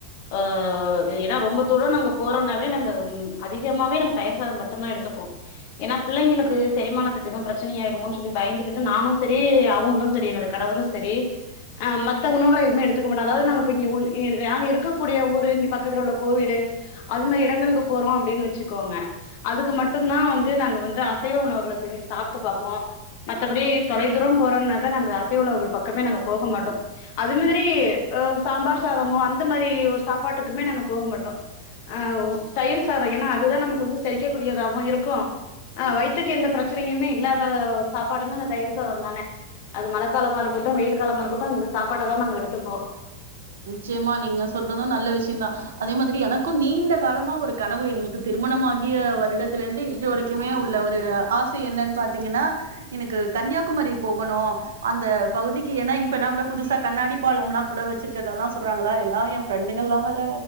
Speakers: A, on the left; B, on the right.
A: ஆ ஏனா ரொம்போ தூரோ நாங்க போறோன்னாவே நாங்க ம் அதிகமாவே நாங்க தயிர் சாத மட் டுந்தோ எடுத்துப்போ ஏனா பிள்ளைங்ளுக்கு செரிமானத்துக்கு எதுவு பிரச்சினை ஆயிடுமோன் சொல்லி பயந்துக்கிட்டு நானு செரி அவுங்களு செரி என்னுடைய கணவரு செரி ஆ மத்த உணவுகள எதுமே எடுத்துக்க மாட்டோ அதாது நாங்க இப்போ இங்க உள் இ நாங்க இருக்கக்கூடிய ஊரு இங்க பக்கத்துல உள்ள கோவிலு அது மேரி இடங்களுக்கு போறோ அப்டினு வெச்சுக்கோங்க அதுக்கு மட்டுந்தா வந்து நாங்க வந்து அசைவ உணவுகள செஞ்சி சாப்ட்டு பாப்போ மத்தபடி தொலைதூரோ போறோன்னாக்கா நாங்க அசைவ உணவுகள் பக்கமே நாங்க போக மாட்டோ அது மேரி ஆ சாம்பார் சாதமோ அந்த மாரி ஓர் சாப்பாட்டுக்குமே நாங்க போக மாட்டோ ஆ தயிர் சாதோ ஏனா அதுதா நமக்கு வந்து செரிக்கக் கூடியதாவு இருக்கு ஆ வயித்துக்கு எந்த பிரச்சினையுமே இல்லாத ஓர் சாப்பாடுன்னா அந்த தயிர் சாதோந்தானே அது மழக்காலமா இருக்கட்டு வெயில் காலமா இருக்கட்டு இந்த சாப்பாட்ட தா நாங்க எடுத்துப்போ
B: நிச்சியமா நீங்க சொல்றது நல்ல விஷ்யந்தா அதே மாதிரி எனக்கு நீண்ட காலமா ஒரு கனவு எங்களுக்கு திருமணமாகிய வருடத்துலேருந்து இன்று வரைக் குமே உள்ள ஒரு ஆச என்னன் பாத்தீங்கன்னா எனக்கு கன்னியாகுமரி போகணு அந்த பகுதிக்கு ஏன்னா இப்பல்லா கூட புதுசா கண்ணாடி பாலம்லாங் கூட வச்சிருக்கறதாலா சொல்றாங்களா எல்லாரு ஏ ஃப்ரெண்டுங்கள்லா வேற